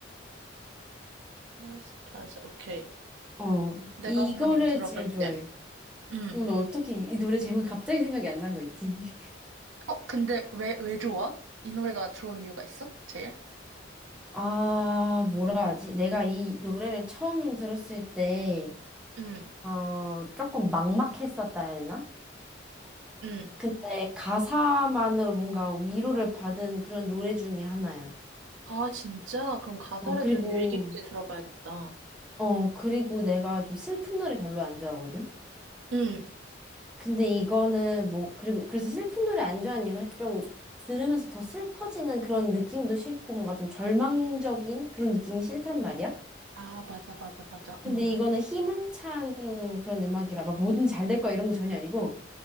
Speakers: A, on the right; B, in the centre.
A: 스타즈, 오케이.
B: 어,
A: 내가
B: 이거를
A: 한번 이거 들어볼게.
B: 제일 좋아해.
A: 음.
B: 어머, 나 어떻게 이 노래 제목이 갑자기 생각이 안 난 거 있지? <laughs>
A: 어, 근데 왜, 왜 좋아? 이 노래가 좋은 이유가 있어? 제일?
B: 아, 뭐라 하지? 내가 이 노래를 처음 들었을 때,
A: 음,
B: 어, 조금 막막했었다 해야 되나?
A: 음.
B: 근데 가사만으로 뭔가 위로를 받은 그런 노래 중에 하나야.
A: 아, 진짜? 그럼 가사를
B: 어, 그리고,
A: 좀 유의 깊게 들어봐야겠다.
B: 어, 그리고 내가 좀 슬픈 노래 별로 안 좋아하거든?
A: 음.
B: 근데 이거는 뭐, 그리고, 그래서 슬픈 노래 안 좋아하는 이유가 좀 들으면서 더 슬퍼지는 그런 느낌도 싫고 뭔가 좀 절망적인 그런 느낌이 싫단 말이야?
A: 아, 맞아, 맞아, 맞아.
B: 근데
A: 음,
B: 이거는 희망찬 그런 음악이라 막 뭐든 잘 될 거야 이런 거 전혀 아니고